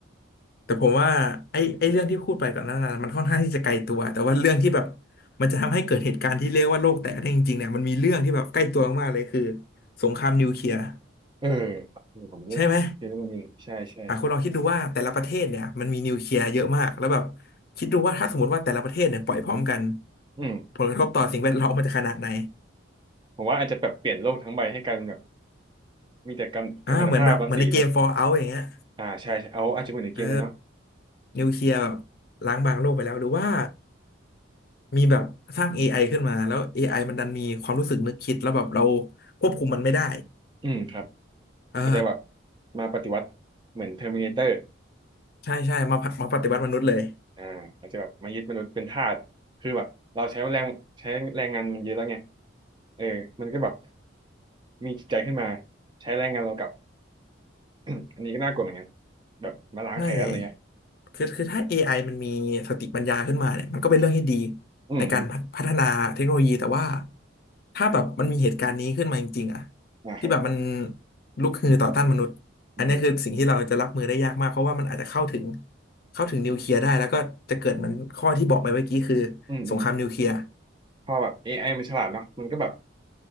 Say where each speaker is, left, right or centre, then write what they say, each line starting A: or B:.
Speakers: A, on the left; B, on the right.
A: แต่ผมว่าไอ้ไอ้เรื่องที่พูดไปก่อนหนั้นน่ะมันค่อนข้างที่จะไกลตัวแต่ว่าเรื่องที่แบบมันจะทำให้เกิดเหตุการณ์ที่เรียกว่าโลกแตกได้จริงๆเนี่ยมันมีเรื่องที่แบบใกล้ตัวมากๆเลยคือสงครามนิวเคลียร์
B: เออเออผมก็คิดว่ามันมีใช่ใช่
A: ใช่ไหม อ่ะคุณลองคิดดูว่าแต่ละประเทศเนี่ยมันมีนิวเคลียร์เยอะมากแล้วแบบคิดดูว่าถ้าสมมติว่าแต่ละประเทศเนี่ยปล่อยพร้อมกัน
B: อืม
A: ผลกระทบต่อสิ่งแวดล้อมมันจะขนาดไหน
B: ผมว่าอาจจะแบบเปลี่ยนโลกทั้งใบให้กลายเป็นแบบมีแต่กัมกัมมันตภาพรังสีนะ
A: อ่าเหมือนแบบเหมือนในเกม Fallout อย่างเงี้ย
B: อ่าใช่ใช่เอาอาจจะเหมือนในเกมเลยเนาะ
A: เออนิวเคลียร์แบบล้างบางโลกไปแล้วหรือว่ามีแบบสร้าง AI ขึ้นมาแล้ว AI มันดันมีความรู้สึกนึกคิดแล้วแบบเราควบคุมมันไม่ได้
B: อืมครับ
A: อ่า
B: อาจจะแบบมาปฏิวัติเหมือนเทอร์มินาเตอร์
A: ใช่ใช่มามาปฏิวัติมนุษย์เลย
B: อ่าอาจจะแบบมายึดมนุษย์เป็นทาสคือแบบเราใช้แรงใช้แรงงานมันเยอะแล้วไงเออมันก็แบบมีจิตใจขึ้นมาใช้แรงงานเรากลับ <coughs> <clears throat> อันนี้ก็น่ากลัวเหมือนกันแบบมาล้างแค้นอะไรเงี้ย
A: ใช่คือคือถ้า AI มันมีสติปัญญาขึ้นมาเนี่ยมันก็เป็นเรื่องที่ดี
B: อืมอืม
A: ในการพัฒพัฒนาเทคโนโลยี แต่ว่าถ้าแบบมันมีเหตุการณ์นี้ขึ้นมาจริงๆอะ
B: นะครับ
A: ที่แบบมันลุกฮือต่อต้านมนุษย์ อันนี้คือสิ่งที่เราจะรับมือได้ยากมาก
B: อืม
A: เพราะว่ามันอาจจะเข้าถึงเข้าถึงนิวเคลียร์ได้ แล้วก็จะเกิดเหมือนข้อที่บอกไปเมื่อกี้คือ
B: อืมอืม
A: สงครามนิวเคลียร์
B: พอแบบ AI มันฉลาดเนาะมันก็แบบ